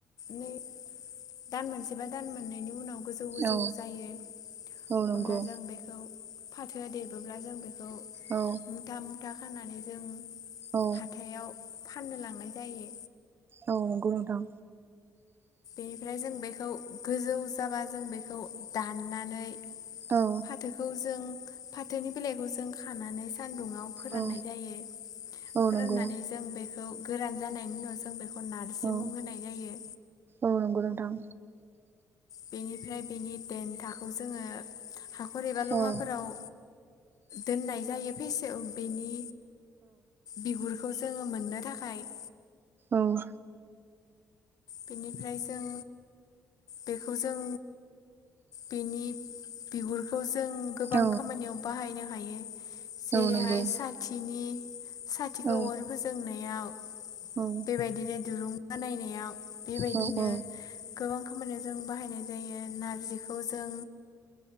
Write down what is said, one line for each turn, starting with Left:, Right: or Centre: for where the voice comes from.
Left: नै दान मोनसेबा दान मोननैनि उनाव गोजौ गोजौ
Right: औ
Left: जायो
Right: औ नंगौ
Left: अब्ला जों बेखौ फाथोआ देरबोब्ला जों बे खौ
Right: औ
Left: मुथा मुथा खानानै जों
Right: औ
Left: हाथायाव फाननो लांनाय जायो
Right: औ नोंगौ‌ नोथां
Left: बेनिफ्राय जों बेखौ गोजौ जाबा जों बेखौ दाननानै
Right: औ
Left: फाथोखौ जों फाथौनि बिलाइखौ खानानै सान्दुुंआव फोराननाय
Right: औ
Left: जायो
Right: औ
Left: फोराननानै
Right: नंगौ
Left: जों बेखौ गोरान जानायनि उनाव जों बेख खौ नारजि
Right: औ
Left: मुं होनाय जायो।
Right: औ नंगौ नोंथां
Left: बेनिफ्राय बेनि देन्थाखौ जोङो हाखर एबा लङाफोराव
Right: औ
Left: दोननाय जायो फेसे बेनि बिगुर खौ जोङो मोननो थाखाय
Right: औ
Left: बेनिफ्राय जों बेखौ जों बेनि बिगुरखौ जों गोबां
Right: औ
Left: खामानियाव बाहायनो हायो जेरैहाय
Right: नंगौ
Left: साथिनि साथिखौ
Right: औ
Left: अर फोजोंनायाव
Right: औ
Left: बेबायदिनो दुरुं बा नायनायाव बेबायदिनो
Right: औ औ
Left: गोबां खामानियाव जों बाहायनाय जायो नारजिखौ जों